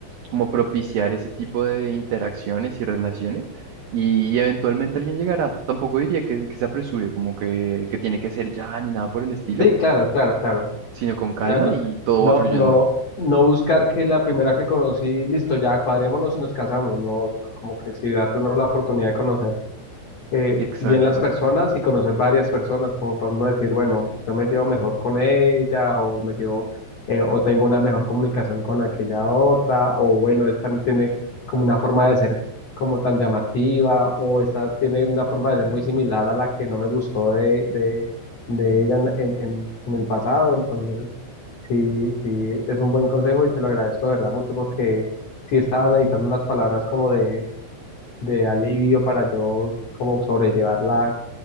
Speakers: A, on the right; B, on the left.
A: como propiciar ese tipo de interacciones y relaciones y eventualmente alguien llegará. Tampoco diría que, que se apresure, como que, que tiene que ser ya ni nada por el estilo,
B: sí, claro, claro, claro.
A: sino con calma
B: O sea, no,
A: y todo
B: no,
A: va fluyendo.
B: no, no buscar que la primera que conocí, listo, ya cuadrémonos y nos casamos. No, sino como que sí, date uno la oportunidad de conocer eh,
A: Exacto.
B: bien las personas y conocer varias personas, como para uno decir, bueno, yo me llevo mejor con ella o me llevo, eh, o tengo una mejor comunicación con aquella otra, o bueno, esta no tiene como una forma de ser como tan llamativa, o esta tiene una forma de ser muy similar a la que no me gustó de, de, de ella en, en en- en el pasado. Entonces... Sí, sí, es un buen consejo y se lo agradezco de verdad mucho porque sí estaban editando unas palabras como de, de alivio para yo como sobrellevar la,